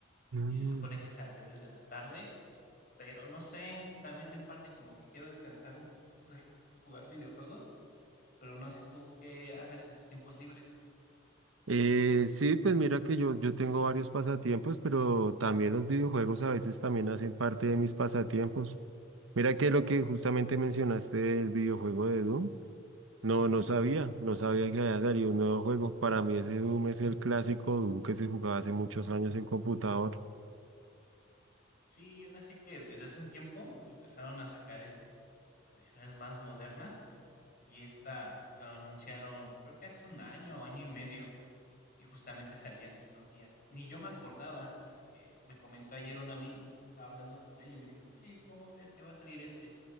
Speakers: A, on the right; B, on the left.
A: Mm.
B: y se supone que salió desde la tarde, pero no sé, también en parte como que quiero descansar un poquito de <laughs> jugar videojuegos Pero no sé tú qué hagas en tus tiempos libres.
A: Eh, sí, pues mira que yo, yo tengo varios pasatiempos, pero también los videojuegos a veces también hacen parte de mis pasatiempos. Mira que lo que justamente mencionaste del videojuego de Doom, no,
B: Ujú.
A: no sabía, no sabía que había salido un nuevo juego. Para mí ese Doom es el clásico Doom que se jugaba hace muchos años en computador.
B: Sí, ahora sí que desde hace un tiempo empezaron a sacar, este, versiones más modernas, y esta lo anunciaron, creo que hace un año, año y medio. y justamente salían estos días. Ni yo me acordaba hasta que me comentó ayer un amigo, estaba hablando con él y me dijo, oye, ¿cómo ves que va a salir este?